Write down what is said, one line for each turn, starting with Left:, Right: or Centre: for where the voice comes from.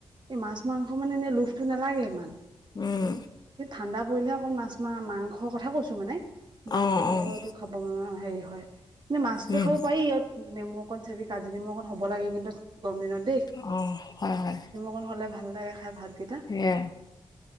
Right: এই মাছ মাংস মানে এনে লোভটো নালাগে ইমান
Left: উম,
Right: কি ঠাণ্ডা পৰিলে অকল মাছ মা মাংসৰ কথা কৈছো মানে
Left: অ',
Right: মাংসটো
Left: অ',
Right: খাব হেৰি হয় এনে মাছটো
Left: উম,
Right: খাব পাৰি ইয়াত নেমু অকন চেবি কাজি নেমু অকণ হ'ব লাগে কিন্তু গৰম দিনত দে
Left: অ হয় হয়
Right: অন হ'লে ভাল লাগে খাই ভাল কেইটা
Left: সেয়া